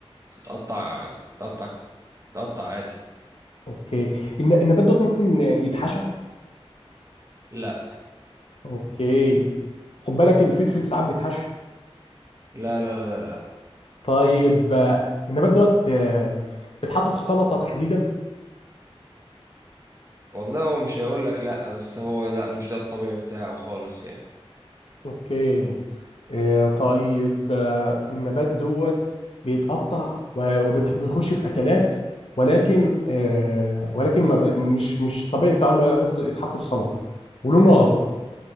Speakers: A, on the right; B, on the left.
A: بتتقطع بتتقطع بتتقطع عادي
B: اوكي الن- النبات دوت ممكن يتحشى
A: لا
B: اوكي خد بالك الفلفل ساعات بيتحشى
A: لا لا لا لا
B: طيب آه، النبات دوت آه، بيتحط في السلطة تحديدا
A: والله هو مش هيقول لك لا بس هو لا مش ده الطبيعي بتاعه خالص يعني
B: اوكي آه، طيب آه، النبات دوت بيتقطع و- وبيتح- وبيخش في أكلات ولكن آه، ولكن ما ب- مش مش طبيعي بتاعه اللي هو يحط يتحط في سلطة ولونه أخضر